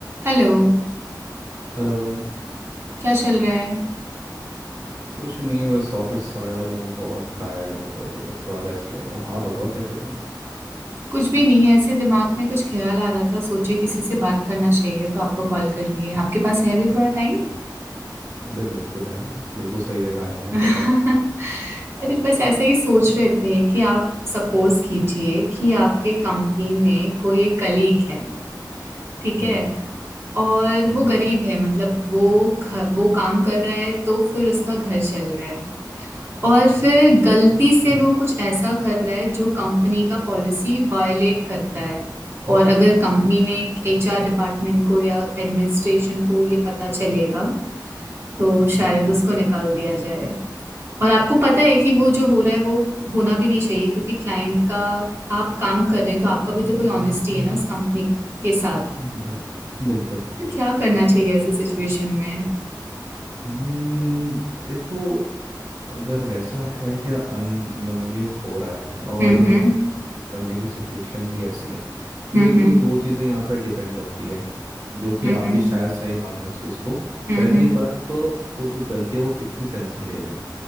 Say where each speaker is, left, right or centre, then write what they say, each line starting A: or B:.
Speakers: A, on the right; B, on the right.
A: Hello
B: Hello
A: क्या चल रहा है
B: कुछ नहीं बस ऑफिस से आया हूँ बहुत टायर्ड हूँ तो अभी बस थोड़ा रेस्ट ले रहा हूँ आप बताओ क्या चल रहा
A: कुछ भी नहीं है ऐसे दिमाग में कुछ ख्याल आ रहा था सोचे किसी से बात करना चाहिए तो आपको कॉल कर लिए आपके पास है अभी थोड़ा टाइम
B: है अरे बिल्कुल है बिल्कुल सही जगह है आप
A: <laughs>
B: बताओ
A: अरे बस ऐसे ही सोच रहे थे कि आप सपोज कीजिए कि आपके कंपनी में कोई एक कलीग है ठीक
B: हम्म
A: है और
B: ठीक
A: वो गरीब
B: है
A: है मतलब वो घर वो काम कर रहा है तो फिर उसका घर चल रहा है और फिर गलती से वो कुछ ऐसा कर रहा है जो कंपनी का पॉलिसी वायलेट करता है और अगर कंपनी में एचआर डिपार्टमेंट को या एडमिनिस्ट्रेशन को ये पता चलेगा तो शायद
B: अच्छा
A: उसको निकाल दिया जाए और आपको पता है कि वो जो हो रहा है वो होना भी नहीं चाहिए क्योंकि क्लाइंट का आप काम कर रहे हैं तो आपका भी तो कोई ऑनेस्टी है ना उस कंपनी के साथ
B: हम्म, बिल बिल्कुल
A: फिर क्या करना चाहिए ऐसे सिचुएशन में
B: हम्म देखो अगर वैसा है क्या अननोइंगली हो रहा है और
A: हम्म हम्म
B: बंदे की सिचुएशन भी ऐसी है तो
A: हम्म
B: एक तो दो चीज़ें यहाँ पर डिपेंड करती है जो कि
A: हम्म
B: आप
A: हम्म
B: भी शायद सही मानो इस चीज़ को
A: हम्म
B: पहली
A: हम्म,
B: बात तो वो जो गलती है वो कितनी सेंसिटिव है